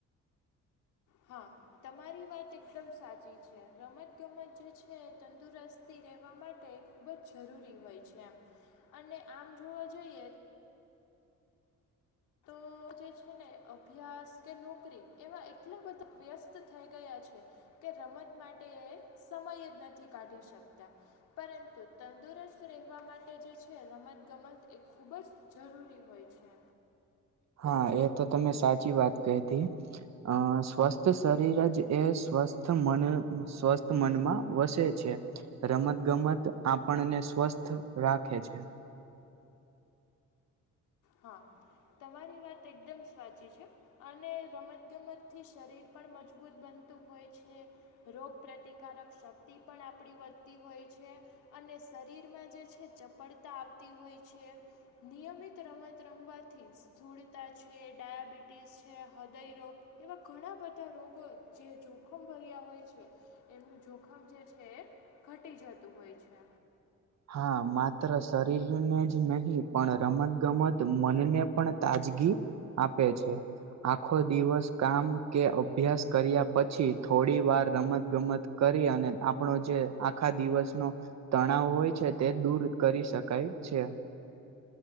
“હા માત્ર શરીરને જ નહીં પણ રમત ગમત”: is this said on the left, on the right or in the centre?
Right